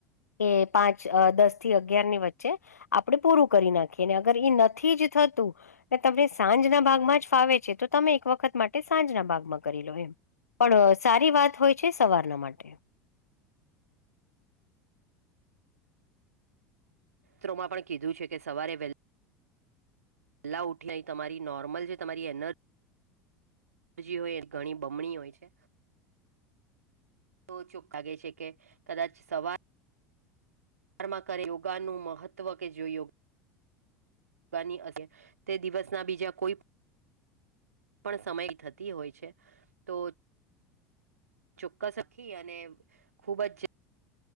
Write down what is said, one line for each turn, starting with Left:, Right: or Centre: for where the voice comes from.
Left: એ પાંચ અ દસ થી અગિયાર ની વચ્ચે આપડણે પૂરું કરી નાખીએ અને અગર એ નથી જ થતું એ તમને સાંજના ભાગમાં જ ફાવે છે તો તમે એક વખત માટે સાંજના ભાગમાં કરી લો એમ. પણ સારી વાત હોય છે સવારના માટે.
Right: ત્રોમા પણ કીધું છે કે સવારે વહેલ. લા ઉઠી તમારી નોર્મલ જે તમારી એનજી જી હોય ઘણી બમણી હોય છે. તો ચૂક લાગે છે કે કદાચ સવાર માં કરે યોગાનું મહત્વ કે જોયું. બની હકે તે દિવસ ના બીજા કોઈ પણ સમય થતી હોય છે તો. ચોક્કસ અખી અને ખુબ જ.